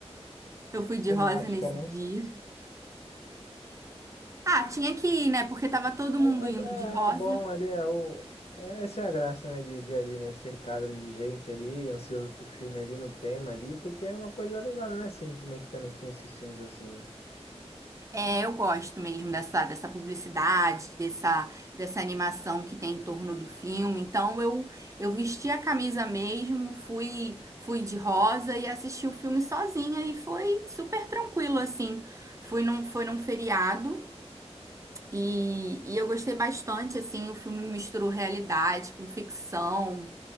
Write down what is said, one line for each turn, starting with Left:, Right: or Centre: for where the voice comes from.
Right: eu fui de
Left: temática
Right: rosa nesse
Left: né?
Right: dia. Ah, tinha que ir, né? Porque tava todo
Left: É,
Right: mundo indo de rosa.
Left: é- é bom ali, é o. é- essa é a graça, né, de, de ali, né, cercado ali de gente ali, ansioso pro filme ali, no tema ali, porque é uma coisa legal, né? Não é sempre, né, que também tem esses filmes assim, né?
Right: É, eu gosto mesmo dessa, dessa publicidade, dessa, dessa animação que tem em torno do filme. Então eu eu vesti a camisa mesmo, fui fui de rosa e assisti o filme sozinha e foi super tranquilo assim. Fui num, foi num feriado e, e eu gostei bastante assim, o filme misturou realidade com ficção,